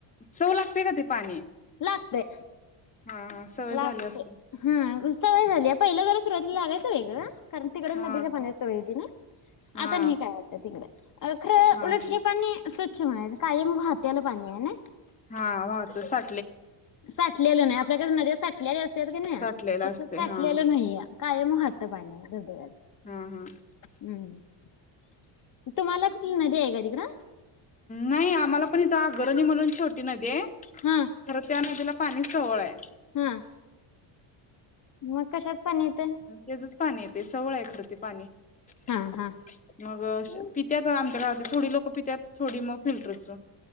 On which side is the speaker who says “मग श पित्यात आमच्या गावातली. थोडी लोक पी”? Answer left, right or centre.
Left